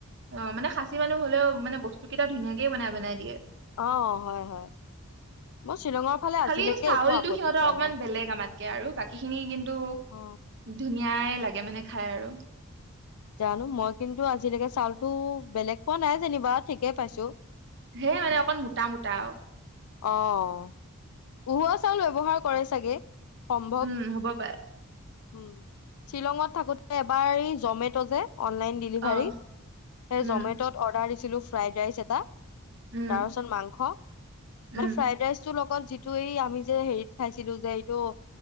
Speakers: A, on the right (about 55°); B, on the left (about 80°).
A: অঁ মানে খাচী মানুহ হলেওঁ মানে বস্তু কেইটা ধুনীয়াকে বনাই বনাই দিয়ে
B: অ হয় হয় মই শ্বিলঙৰ ফালে
A: খালি
B: আজিলৈকে
A: চাউলটো
B: একো আপত্তি
A: সিহঁতৰ
B: পোৱা
A: অকমান
B: নাই
A: বেলেগ আমাতকে আৰু বাকী খিনি কিন্তু
B: অ
A: ধুনীয়াই লাগে লাগে মানে খাই আৰু
B: জানো মই কিন্তু আজিলৈকে চাউলতো বেলেগ পোৱা নাই যেনিবা ঠিকেই পাইছো
A: হে মানে অকণ মোটা মোটা আৰু
B: অঁ উহোৱা চাউল ব্যৱহাৰৰ কৰে চাগে। সম্ভৱ
A: উম হ'ব পাৰে।
B: উম। শ্বিলঙত থাকোতে এবাৰ এই জমেট' যে অনলাইন ডিভাৰ
A: অহ
B: জমেত, সেই
A: উম,
B: জমে ত অৰ্দাৰ দিছিলো ফ্ৰ ৰাই এটা তাৰপাছত
A: উম,
B: মাংস
A: উম,
B: মানে ফ্ৰাৰাইচ্ তোৰ লগত যিটো এই আমি যে হেৰিত খাইছিলো যে এইটো